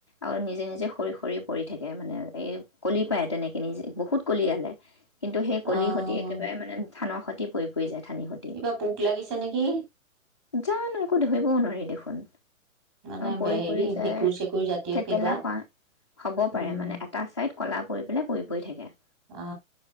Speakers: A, on the left; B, on the right.
A: আৰু নিজে নিজে সৰি সৰি পৰি থাকে মানে এই কলি পায় তেনেকে নিজে বহুত কলিয়ালে। কিন্তু সেই কলি
B: অ',
A: সতে একেবাৰে মানে থানৰ খৈতে পৰি পৰি যায় থানি সৈ
B: কিবা পোক লাগিছে নেকি?
A: জানো একো ধৰিবও নোৱাৰি দেখোন।
B: মানে
A: পৰি
B: বে- হেৰি
A: পৰি যায়,
B: ভেঁকুৰ চেকুৰ জাতীয়
A: থেতেলা
B: কিবা
A: খোৱা হব
B: উম।
A: পাৰে। মানে এটা চাইদ কলা পৰি পেলাই বহি পৰি থাকে
B: অ,